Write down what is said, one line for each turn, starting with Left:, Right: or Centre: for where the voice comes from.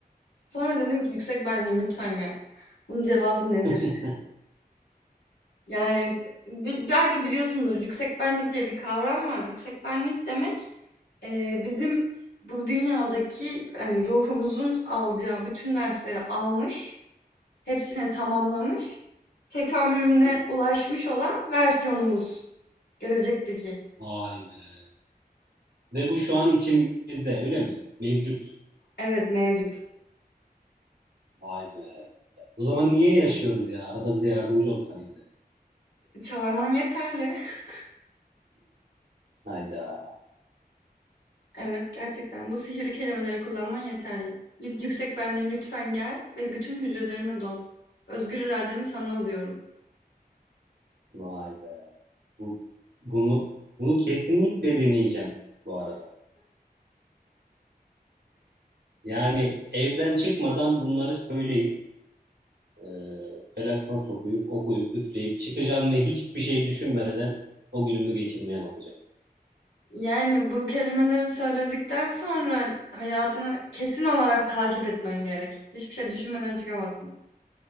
Left: Sonra dedim ki, "Yüksek benliğim, lütfen gel. Bunun cevabı nedir?"
Right: <laughs>
Left: Yani, b belki biliyorsundur, yüksek benlik diye bir kavram var. Yüksek benlik demek, eee, bizim bu dünyadaki, hani, ruhumuzun alacağı bütün dersleri almış, hepsini tamamlamış, tekamülüne ulaşmış olan versiyonumuz, gelecekteki.
Right: Vay be. Ve bu şu an içimizde öyle mi? Mevcut.
Left: Evet, mevcut.
Right: Vay be. O zaman niye yaşıyoruz ya? Arada bize yardımcı olsana bir de.
Left: Çağırman yeterli. <laughs>
Right: Hayda.
Left: Evet, gerçekten bu sihirli kelimeleri kullanman yeterli. "Lüt yüksek benliğim lütfen gel ve bütün hücrelerime dol. Özgür irademi sana adıyorum."
Right: Vay be. Bu, bunu bunu kesinlikle deneyeceğim bu arada. Yani evden çıkmadan bunları söyleyip e, felakna sokuyup okuyup üfleyip çıkacağım ve hiçbir şey düşünmeden o günümü geçirmeye bakacağım.
Left: Yani, bu kelimeleri söyledikten sonra hayatını kesin olarak takip etmen gerek. Hiçbir şey düşünmeden çıkamazsın.